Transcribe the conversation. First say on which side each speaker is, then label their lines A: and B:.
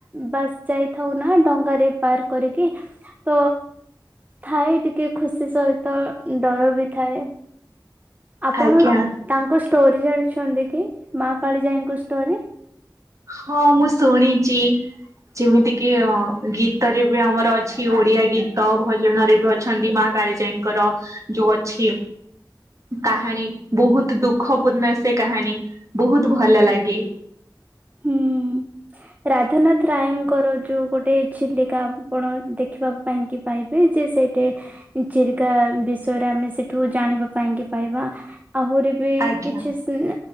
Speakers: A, on the right (about 20°); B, on the right (about 40°).
A: ବାସ୍ ଯାଇଥାଉ ନା ଡଙ୍ଗାରେ ପାର୍କ କରିକି ତ ଥାଇ ଟିକେ ଖୁସି ସହିତ ଡର ବି ଥାଏ ଆପଣ
B: ଆଜ୍ଞା
A: ତାଙ୍କ କ ଷ୍ଟୋରି ଜାଣିଛନ୍ତି କି ମା କାଳିଜାଇଙ୍କୁ ଷ୍ଟୋରି?
B: ହଁ ମୁଁ ଶୁଣିଚି ଯେମିତି କିି ଅ ଗୀତରେ ବି ଆମର ଅଛି ଓଡିଆ ଗୀତ ଭଜନରେ ବି ଅଛନ୍ତି ମା କାଳିଜାଇଙ୍କର ଯୋଉ ଅଛି କାହାଣୀ ବହୁତ ଦୁଃଖ ପୂର୍ଣ୍ଣ ସେ କାହାଣୀ ବହୁତ ଭଲ ଲାଗେ।
A: ହୁଁ ରାଧାନାଥ ରାୟଙ୍କର ଯୋଉ ଗୋଟେ ଚିଲିକା ଆପଣ ଦେଖିବା ପାଇଁକି ପାଇବେ ଯେ ସେଇଠି ଚିଲିକା ବିଷୟରେ ଆମେ ସେଠୁ ଜାଣିବା ପାଇଁକି ପାଇବା ଆହୁରି ବି
B: ଆଜ୍ଞା
A: କିଛି ସେ